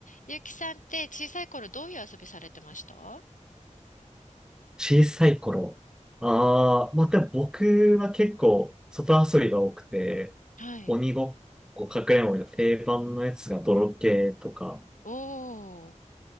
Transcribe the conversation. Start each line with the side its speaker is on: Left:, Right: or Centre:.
Left: ゆきさんって小さい頃どういう遊びされてましたは
Centre: 小さい頃。ああ、まあ、でも僕は結構外遊びが多くて、
Left: い。
Centre: 鬼ごっこ、かくれんぼの定番のやつが泥系とか、
Left: おー、